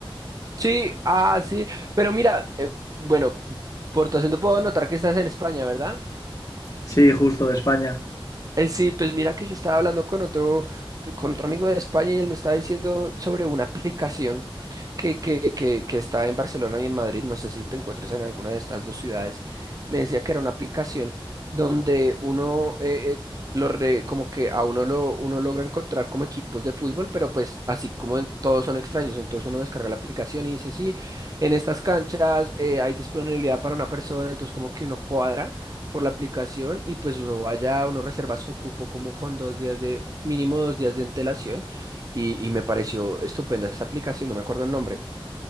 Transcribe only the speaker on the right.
Sí, ah, sí, pero mira, eh, bueno, por tu acento puedo notar que estás en España, ¿verdad?
Eh, Sí, pues mira que yo estaba hablando con otro, con otro amigo de España y él me estaba diciendo sobre una aplicación que, que, que, que está en Barcelona y en Madrid, no sé si te encuentres en alguna de estas dos ciudades, me decía que era una aplicación donde uno, eh, eh, lo re- como que a uno lo uno logra encontrar como equipos de fútbol, pero pues así como en- todos son extraños, entonces uno descarga la aplicación y dice, sí, en estas canchas eh, hay disponibilidad para una persona, entonces como que uno cuadra por la aplicación y pues uno vaya, uno reserva su cupo como con dos días de, mínimo dos días de antelación y, y me pareció estupenda esta aplicación, no me acuerdo el nombre.